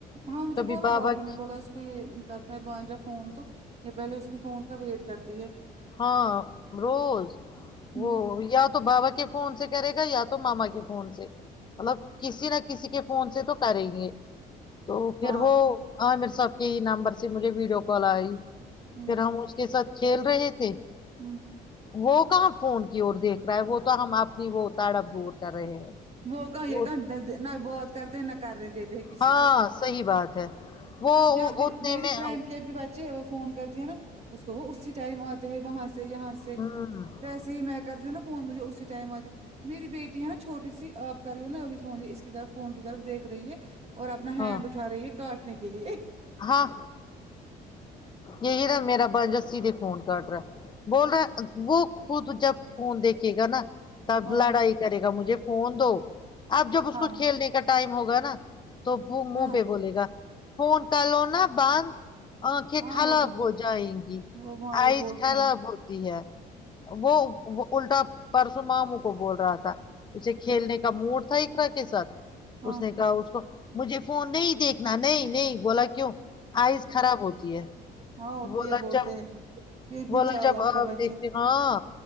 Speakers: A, on the right (about 40°); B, on the left (about 25°).
A: ہاں مجھے
B: کبھی
A: بولا
B: بابا
A: بھائیو
B: کی-
A: نے بولا یہ کرتا ہے بنجا فون تو یہ پہلے اس کے فون کا ویٹ کرتی ہے
B: ہاں روز
A: ہوں
B: وہ یا تو بابا کے فون سے کرے گا یا تو ماما کے فون سے مطلب کسی نہ کسی کے فون سے تو کریں گے تو پھر
A: ہاں
B: وہ ہاں آمیر صاحب کے ہی نمبر سے مجھے ویڈیو کال آئی
A: ہوں
B: پھر ہم اس کے ساتھ کھیل رہے تھے
A: امم
B: وہ کہاں فون کی اور دیکھ رہا ہے وہ تو ہم اپنی وہ تڑپ دور کر رہے ہیں
A: موقع یہ
B: وہ
A: کہ نہ بات کرتے نہ کرنے دیتے کسی
B: ہاں
A: کو
B: <inaudible>
A: جب
B: اتنے
A: میری
B: میں
A: فرینڈ کے بھی بچے ہیں وہ فون کرتی ہے نا اس کو وہ اسی ٹائم آتے ہے وہاں سے یہاں سے
B: ہاں
A: ویسے ہی میں کرتی ہوں نا فون مجھے اسی ٹائم آتی میری بیٹی ہے نا چھوٹی سی آپ کر رہی ہو نا ابھی فون اس کی طرف فون کی طرف دیکھ رہی ہے اور اپنا ہینڈ
B: ہاں
A: اٹھا رہی ہے کاٹنے کے لیے
B: ہاں یہی نا میرا بھانجا سیدھے فون کاٹ رہا ہے بول رہے وہ خود جب فون دیکھے گا نا تب
A: ہاں
B: لڑائی کرے گا مجھے فون دو اب جب اس
A: ہاں
B: کو کھیلنے کا ٹائم ہوگا نا تو وہ منہ
A: ہاں
B: پہ بولے گا فون کلونا باند آنکھیں
A: ہاں
B: خراب
A: وہ
B: ہو جائیں گی
A: وہ وہاں یہ
B: آئس
A: بولتے
B: خراب
A: ہیں
B: ہوتی ہے وہ وہ الٹا پرسوں ماموں کو بول رہا تھا اسے کھیلنے کا موڈ تھا اقرا کے ساتھ
A: ہاں
B: اس نے کہا اس کو مجھے فون نہیں دیکھ نہیں نہیں بولا کیوں آئز خراب ہوتی ہے
A: ہاں اور
B: بولا
A: یہ بولتے
B: کیا
A: ہیں یہ اتنے
B: بولا
A: چالاک
B: جب آپ
A: ہے بچے
B: دیکھتے ہو ہاں